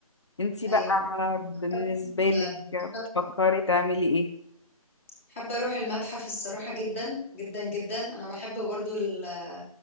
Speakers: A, on the left (about 50°); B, on the left (about 20°).
A: انتي
B: ايوه
A: بقى بالنسبة
B: حابة
A: لك بتفكري تعملي ايه
B: حابة أروح المتحف الصراحة جدا جدا جدا أنا بحب برضو ال-